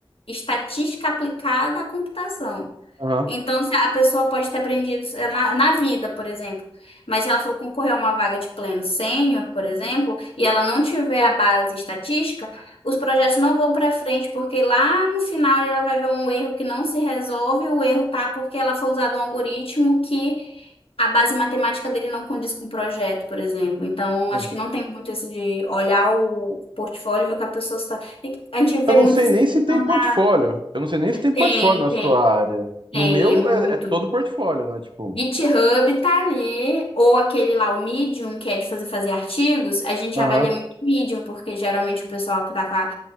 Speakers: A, on the left (about 85°); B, on the right (about 60°).
A: estatística aplicada à computação.
B: Aham.
A: Então, se a pessoa pode ter aprendido sei lá, na, na vida, por exemplo. Mas se ela for concorrer a uma vaga de pleno sênior, por exemplo, e ela não tiver a base estatística, os projetos não vão para frente, porque lá no final ela vai ver um erro que não se resolve, o erro tá porque ela foi usada um algoritmo que a base matemática dele não condiz com o projeto, por exemplo. Então,
B: Sim.
A: acho que não tem muito isso de olhar o portfólio e ver o que a pessoa está. tem que- A gente vê
B: Eu não
A: muito
B: sei
A: essa
B: nem
A: questão
B: se tem portfólio.
A: da.
B: Eu não sei nem se tem
A: Tem,
B: portfólio na
A: tem,
B: sua área.
A: tem,
B: No meu
A: é muito.
B: é, é todo portfólio, né? Tipo.
A: GitHub tá ali, ou aquele lá, o Medium, que é de fazer, fazer artigos, a gente
B: Aham.
A: avalia muito o Medium, porque geralmente o pessoal que tá com a-